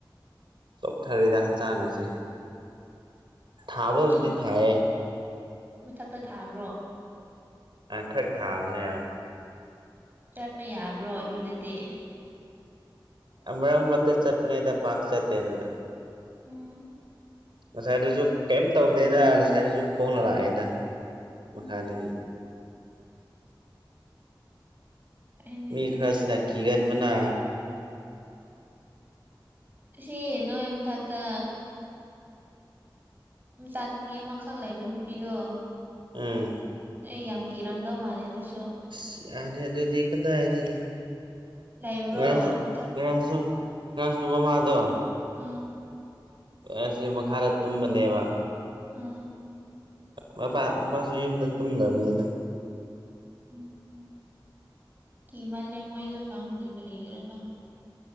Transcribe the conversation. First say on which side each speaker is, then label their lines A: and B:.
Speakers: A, on the right; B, on the right.
A: ꯆꯣꯜꯊꯔꯦꯗ ꯍꯛꯆꯥꯡꯒꯁꯦ ꯊꯕꯕꯨꯗꯤ
B: ꯑꯍ
A: ꯊꯥꯏꯌꯦ
B: ꯃꯊꯛꯇ ꯊꯥꯕ꯭ꯔꯣ꯫
A: ꯑꯈꯛ ꯊꯥꯕꯅꯦ
B: ꯆꯠꯄ ꯌꯥꯕ꯭ꯔꯣ ꯑꯗꯨꯗꯗꯤ꯫
A: ꯃꯔꯛ ꯃꯔꯛꯇ ꯆꯠꯄꯅꯦꯗ ꯄꯥꯛ ꯆꯠꯇꯦ ꯑꯗꯨꯗ
B: ꯎꯝ
A: ꯉꯁꯥꯏꯗꯁꯨ ꯀꯩꯝ ꯇꯧꯗꯦꯗ ꯉꯁꯥꯏꯗꯁꯨ ꯈꯣꯡꯅ ꯂꯥꯛꯑꯦꯗ
B: ꯎꯝ
A: ꯃꯈꯥꯗꯒꯤ
B: ꯐꯩꯅꯦ
A: ꯃꯤ
B: ꯑꯗꯨꯗꯤ
A: ꯈꯔꯁꯤꯅ ꯀꯤꯒꯟꯕꯅ
B: ꯁꯤ ꯅꯣꯢ ꯃꯊꯛꯇ ꯃꯆꯥꯥ ꯅꯨꯄꯤ ꯑꯃꯈꯛ ꯂꯩꯕ ꯅꯨꯄꯤꯗꯣ
A: ꯎꯝ꯫
B: ꯑꯩ ꯌꯥꯝ ꯀꯤꯔꯝꯗꯧ ꯃꯥꯜꯂꯦ ꯑꯗꯨꯁꯨ꯫
A: ꯑꯁ ꯌꯥꯔꯦ ꯑꯗꯨꯗꯤ ꯀꯗꯥꯏꯒꯦ꯫
B: ꯂꯩꯕ꯭ꯔꯣ
A: ꯉꯁꯨ
B: ꯃꯊꯛ
A: ꯉꯁꯨ ꯉꯁꯨ ꯃꯃꯥꯗꯣ꯫
B: ꯎꯝ
A: ꯑꯁꯤ ꯃꯈꯥꯗ ꯇꯨꯝꯕꯅꯦꯕ꯫
B: ꯎꯝ꯫
A: ꯃ ꯃꯄꯥꯁꯨ ꯌꯨꯝꯗ ꯇꯨꯝꯗꯕꯅꯤꯗ꯫
B: ꯎꯝ꯫ ꯀꯃꯜꯂꯦ ꯃꯣꯏꯁꯨ ꯈꯪꯗꯦ ꯀꯔꯤꯒꯤꯔ ꯈꯪꯗꯦ꯫